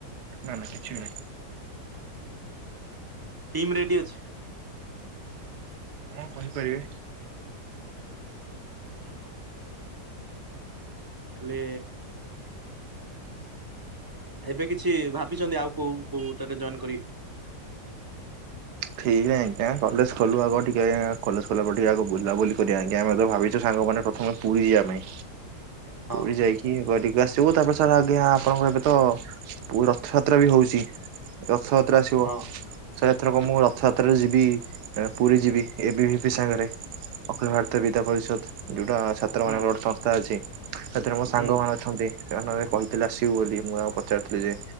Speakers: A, on the right; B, on the right.
A: ନା ନା କିଛି ବି ନାହିଁ
B: ଟିମ୍ ରେଡି ଅଛି।
A: ହଣ କହିପାରିବେ
B: ଆଛ। ଆଲେ ଏବେ କିଛି ଭାବିଛନ୍ତି ଆଉ କୋଉ କୋଉ ତାକ ଜଏନ୍ କର
A: ଠିକ ଆଜ୍ଞା କଲେଜ ଖଲୁ ଆ ଟିକେ କଲେଜ କଲା ପରେ ଟିକେ ଆ ବୁଲାବୁଲି କରିବା ଆଜଞାମେ ଭାବୁଙ୍ଗ ମାନେ ପ୍ରଥମେ ପୁରୀ ଯିବା ପାଇଁ
B: ହଁ
A: ପୁରୀ ଯାଇକି। ଆସିବୁ ତାପରେ ସାର୍ା ଆଜ୍ଞା ଆପଣଙ୍କର ଏବେ ତ ରଥଯାତ୍ରା ବି ହଉଛି ରଥ। ଆସିବ
B: ହଁ
A: ସେ ାତରେ ଯିବି ପୁରୀ ଯିବି ଏବେ ବି ସାଙ୍ଗରେ ଅଖିଳ ଭାରତୀୟ ବିଦ୍ୟା ପରିଷଦୁ ଗ ଛାତ୍ର
B: ହୁଁ
A: ମାନଙ୍କର ଗୋଟେ ସଂସ୍ଥା ଅଛି ସେଥିରେ ମୋ ସାଙ୍ଗ
B: ହୁଁ
A: ମାନ ଅଛନ୍ତି ସେମାନଙ୍କ କହିଥିଲେ ଆସିବୁ ବୋଲି ମୁଁ ତାଙ୍କୁ ପଚାରୁଥିଲି ଯେ